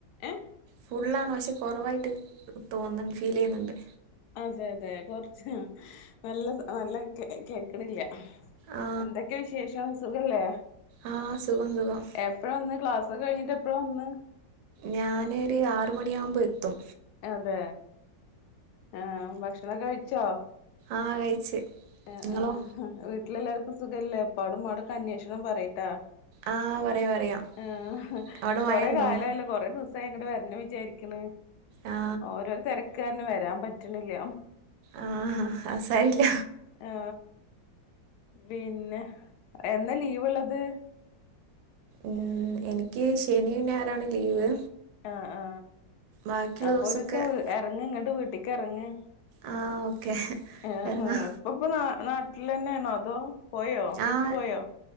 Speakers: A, on the left; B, on the right.
A: ഏഹ്
B: ഫുള്ളാണ് പക്ഷെ കുറവായിട്ട് തോന്നൻ ഫീൽ ചെയ്യുന്നുണ്ട്
A: അതെ അതെ കൊറച്ച് നല്ല നല്ല കേക്കണില്ല
B: ആ
A: എന്തൊക്കെ വിശേഷം സുഖല്ലേ
B: ആ സുഖം സുഖം
A: എപ്പഴ ഇന്ന് ക്ലാസ് ഒക്കെ കഴിഞ്ഞിട്ട് എപ്പഴ വന്ന്
B: ഞാനൊരു ആറു മണിയാവുമ്പോ എത്തും
A: അതെ ആ ഭക്ഷണം കഴിച്ചോ
B: ആ കഴിച്ച്
A: എ
B: നിങ്ങളോ
A: ആഹാ വീട്ടിലെല്ലാവർക്കും സുഖല്ലേ ഉപ്പാടും ഉമ്മടും ഒക്കെ അന്വേഷണം പറയ്ട്ടാ
B: ആ പറയാം പറയാം
A: ആ
B: അവിടെ
A: കൊറെ
B: മഴയുണ്ടോ
A: കാലായല്ലോ കൊറേ ദിവസം എങ്ങടെ വരണ വിചാരിക്കണ
B: ആ
A: ഓരോരോ തിരക്കാരന് വരാൻ പറ്റണില്ല
B: ആ അത് സാരമില്ല
A: ആ പിന്നെ എന്നാ ലീവ് ഉള്ളത്
B: ഉം എനിക്ക് ശനിയും ഞായാറാണ് ലീവ്
A: ആ ആ
B: ബാക്കിയുള്ള
A: അപ്പൊ
B: ദിവസമൊക്കെ
A: ഒരു ദിവസം ഇറങ്ങ് ഇങ്ങട്ട വീട്ടിലക്ക് ഇറങ്ങ്
B: ആഹ് ഓക്കെ
A: ആ
B: എറങ്ങാം
A: ഹ ഇപ്പ ഇപ്പൊ ന നാട്ടിൽ തന്നെയാണോ അതോ പോയോ തിരിച്ചു
B: ആഹ്
A: പോയോ